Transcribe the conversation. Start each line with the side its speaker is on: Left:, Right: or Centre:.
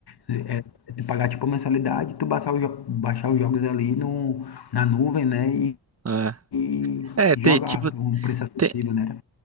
Left: é, tu pagar tipo mensalidade, tu baixar, os jo- baixar os jogos ali no, na nuvem, né, e,
Right: É,
Left: e
Right: É,
Left: jogar,
Right: tem, tipo,
Left: um preço acessível,
Right: tem,
Left: né?